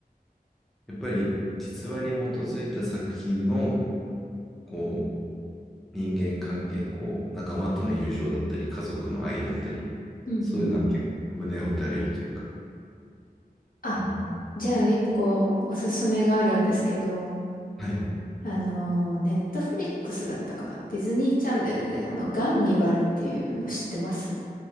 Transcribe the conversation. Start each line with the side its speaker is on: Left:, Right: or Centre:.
Centre: やっぱり実話に基づいた作品の、こう、人間関係、こう、仲間との友情だったり、家族の愛だったり、
Left: うんうん。
Centre: そういうのは結構胸を打たれるというか。
Left: あ、
Centre: うん。
Left: じゃあ一個おすすめがあるんですけど、
Centre: はい。
Left: あの、ネットフリックスだったかなディズニーチャンネルで、あの、ガンニバルっていうの知ってます